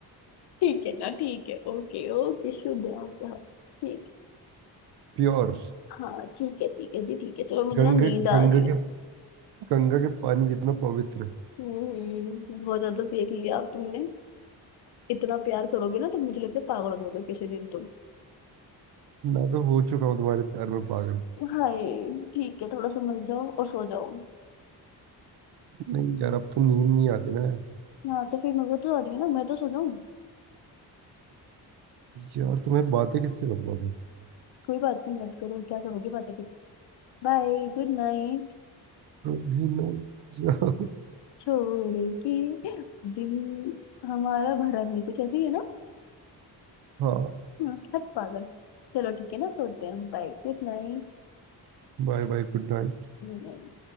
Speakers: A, on the left (about 70°); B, on the right (about 70°).
A: ठीक है ना ठीक है ओके ओके शुद्ध है आपका ठीक
B: प्योर
A: हाँ ठीक है ठीक है जी ठीक है चलो मुझे
B: गंगे
A: ना नींद आ
B: गंगा
A: रही है
B: के गंगा के पानी जितना पवित्र
A: हम्म बहुत ज्यादा फेंक लिया आप तुमने इतना प्यार करोगे ना तो मुझे लगता है पागल हो जाओगे किसी दिन तुम
B: मैं तो हो चुका हूँ तुम्हारे प्यार में पागल
A: हाय ठीक है थोड़ा समझ जाओ और सो जाओ
B: नहीं यार अब तो नींद नहीं आती ना यार
A: हाँ तो फिर मैं वो तो आ रही है ना मैं तो सो जाऊँ
B: यार तुम्हें बातें किससे करूंगा फिर
A: कोई बात नहीं मत करो क्या करोगे बातें करके Bye good night
B: कभी ना जाओ
A: छोड़ के दिल हमारा भरा नहीं कुछ ऐसी है ना
B: हाँ
A: हाँ, हट पागल चलो ठीक है ना सोते हैं बाय गुड नाइट
B: Bye bye good night
A: कर दो कर दो